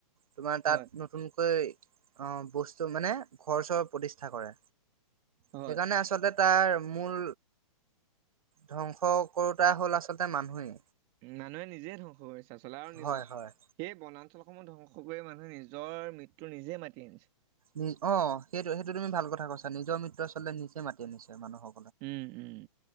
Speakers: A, on the right; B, on the right.
A: তোমাৰ
B: হয়,
A: তাত নতুনকৈ অ' বস্তু মানে ঘৰ চৰ প্ৰতিষ্ঠা কৰে।
B: হয়।
A: সেইকাৰণে আচলতে তাৰ মূল ধ্বংস কৰোতা হল আচলতে মানুহেই।
B: মানুহে নিজে ধ্বংস কৰিছে আচলতে আৰু নি
A: হয়
B: মা
A: হয়।
B: সেই বনাঞ্চল সমূহ ধ্বংস কৰি মানুহে নিজৰ মৃত ত্যু নিজে মাতি আনিছে।
A: নি অ' সেইটোৱে সেইটো তুমি ভাল কথা কৈছা নিজৰ মৃত্যু আচলতে নিজে মাতি আনিছে মানুহক।
B: উম উম।